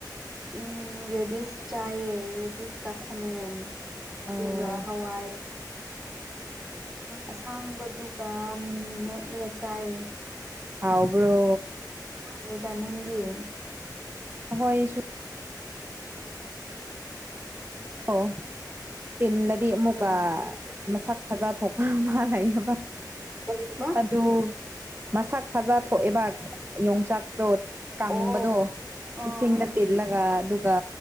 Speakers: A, in the centre; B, on the right.
A: ꯎꯝ ꯔꯦꯗꯤꯤꯁ ꯆꯌꯦ ꯔꯦꯗꯤꯤꯁ ꯀꯥꯈꯥ ꯃꯦꯟ ꯑꯗꯨꯒ
B: ꯑꯣ
A: ꯍꯋꯥꯏ ꯑꯁꯥꯡꯕꯗꯨ ꯃꯤꯃꯤ ꯃꯦꯠꯂꯗ ꯆꯥꯌꯦ
B: ꯑꯥꯎꯕ꯭ꯔꯣ
A: ꯍꯣꯏꯗ ꯅꯪꯗꯤꯌꯦ
B: ꯑꯈꯣꯏꯁꯨ ꯔꯣ ꯇꯂꯗꯤ ꯃꯨꯒꯥꯥ
A: ꯎꯝ
B: ꯃꯁꯛ ꯈꯖ ꯊꯣꯛꯄ ꯑꯃ ꯂꯩꯌꯦꯕ
A: ꯀꯔꯤꯕ
B: ꯑꯗꯨ ꯃꯁꯛ ꯐꯖ ꯊꯣꯛꯑꯦꯕ ꯌꯣꯡꯆꯥꯛꯇꯣ ꯀꯪꯕꯗꯣ
A: ꯑꯣ ꯑꯣ
B: ꯏꯁꯤꯡꯗ ꯇꯤꯜꯂꯒ ꯑꯗꯨꯒ